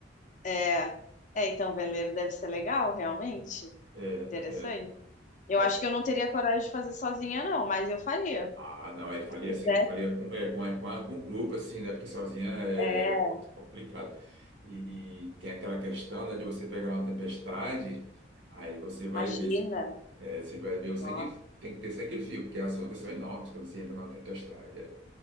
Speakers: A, on the left; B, on the right.
A: É, é, então, veleiro deve ser legal, realmente.
B: É,
A: Interessante.
B: é,
A: Eu
B: é.
A: acho que eu não teria coragem de fazer sozinha, não, mas eu faria.
B: Ah, não, Eu falei
A: Se
B: assim,
A: tivesse
B: falei com, é, com, é, com, a- com um grupo, assim, né? Porque sozinha é
A: é,
B: complicado. E, e tem aquela questão, né, de você pegar uma tempestade, aí você vai
A: Imagina,
B: ver. É, você vai ver o sangue,
A: nossa,
B: tem que ter sangue frio, porque as ondas são enormes quando você entra na tempestade. É,